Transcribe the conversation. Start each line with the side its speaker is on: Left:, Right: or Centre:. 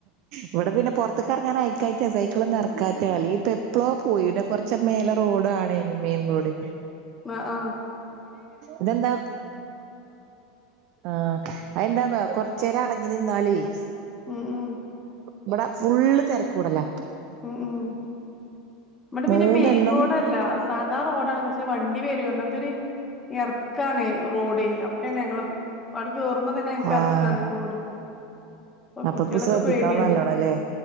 Right: ഇവടെ പിന്നെ പൊറത്ത് ത്ക്കെറങ്ങാൻ അയക്കാറ്റാണ് സൈക്കിള്ളൊന്നും അറക്കായിട്ട അല്ലെങ്കി ഇപ്പൊ എപ്പോള്ളോ പോയിന്നി കൊറച്ചണ് റോഡ് ആണേന്നും മെയിൻ റോഡ്.
Left: മ് ആ
Right: ഇതെന്താ ആ അയെന്താന്നോ കൊറച് പേരടങ്ങി നിന്നാലെയ്
Left: മ് മം
Right: ഇവടെ ഫുള്ള് തിരക്കൂടല.
Left: മം മം ഇവടെ
Right: മൂന്നെണ്ണം
Left: പിന്നെ മെയിൻ റോഡല്ല. ന്നാ റോഡാണ് പക്ഷെ വണ്ടി വെരും അങ്ങനത്തെ ഒരു ഏ ഇറക്കാണ് റോഡ് അ ഞങ്ങളെ അവിടെണ് ഞങ്ങളെ വീ അവ്ടെ കേയറുമ്പോ തന്നെ
Right: ആഹ്
Left: ഇറക്കാണ് റോഡ് അപ്പോ
Right: അപ്പ
Left: കുട്ടികളൊക്കെ
Right: ഇപ്പ ശ്രദ്ധിക്കണം
Left: പേടിയാണ്
Right: നല്ലോണം ല്ലേ